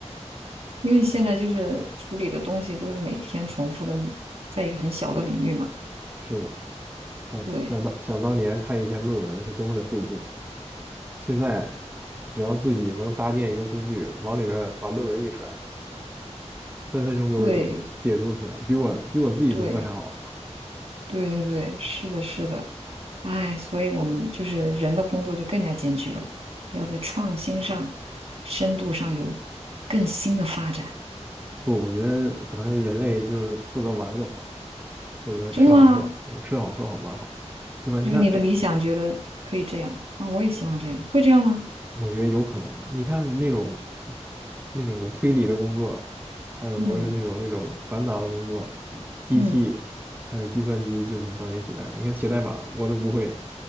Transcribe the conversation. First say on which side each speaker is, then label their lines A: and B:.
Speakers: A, on the right; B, on the right.
A: 因为现在就是处理的东西都是每天重复的，在一个很小的领域嘛。
B: 是的，想想当想当年看一篇论文是多么的费劲，
A: 对
B: 现在只要自己能搭建一个工具，往里面把论文一甩，分分钟给我解读解读出来，
A: 对
B: 比我比我自己读的还好。
A: 对对对对，是的，是的，哎，所以我们就是人的工作就更加艰巨了，要在创新上、深度上有更新的发展。
B: 不，我觉得可能人类就负责玩儿就好，负责吃好喝，
A: 真的吗？
B: 我吃好喝好玩儿好，对吧？你看，
A: 就是你的理想觉得可以这样啊、
B: 哎，
A: 我也希望这样，会这样吗？
B: 我觉得有可能啊。你看那种那种推理的工作，还有说是那种那种繁杂的工作，
A: 嗯
B: 机器还有计算机就能帮你取代了。
A: 嗯
B: 你看写代码我都不会，